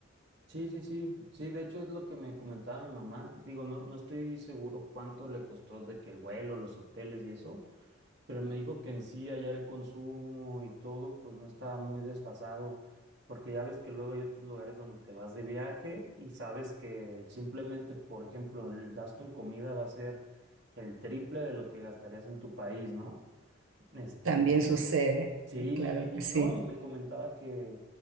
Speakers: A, on the right (about 60°); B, on the right (about 75°).
A: Sí, sí, sí, sí, de hecho es lo que me comentaba mi mamá. Digo, no, no estoy seguro cuánto le costó de que el vuelo, los hoteles y eso, pero me dijo que en sí allá el consumo y todo, pues no estaba muy desfasado, porque ya ves que luego hay otros lugares donde te vas de viaje y sabes que simplemente, por ejemplo, el gasto en comida va a ser el triple de lo que gastarías en tu país, ¿no? Este,
B: También sucede,
A: Sí, y,
B: claro que
A: y
B: sí.
A: no, y me comentaba que,